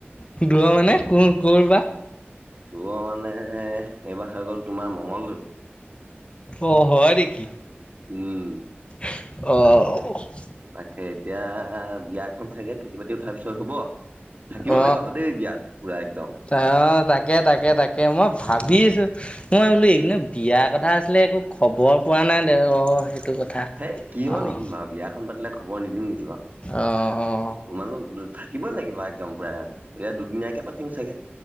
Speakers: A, on the left; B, on the right.
A: <unintelligible>
B: তোমাৰ মানে, এইবাৰ হৈ গ'ল তোমাৰ মঙ্গলদৈ।
A: অ', হয় নেকি?
B: উম'।
A: অ'।
B: তাকে এতিয়া বিয়াখন চাগে খেতি বাতি উঠাৰ পিছত হব থাকিব
A: অ'।
B: লাগিব আকৌ দেই বিয়াত পুৰা একদম
A: অ তাকে তাকে তাকে মই ভাবি আছো মই বোলো এইনো বিয়া কথা আছিলে একো খবৰ পোৱা নাই দে অঁ সেইটো কথা
B: হেই কিয়
A: অ',
B: নিদিম বাৰু বিয়াখন পাতিলে খবৰ নিদিম নেকি বাৰু
A: অ', অ'।
B: মানুহ থাকিবই লাগিব, একদম পোৰা। এতিয়া দুদিনীয়াকে পাতিম চাগে,